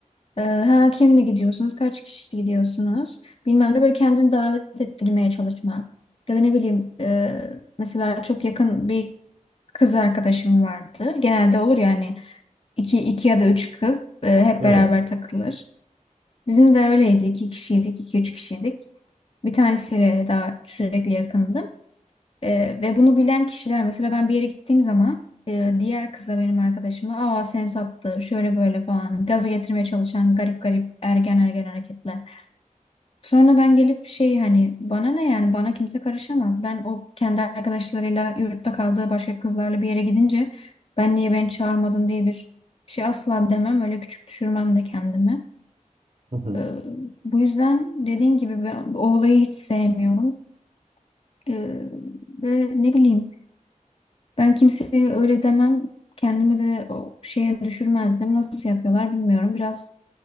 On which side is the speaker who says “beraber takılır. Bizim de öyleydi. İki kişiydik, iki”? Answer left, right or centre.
Left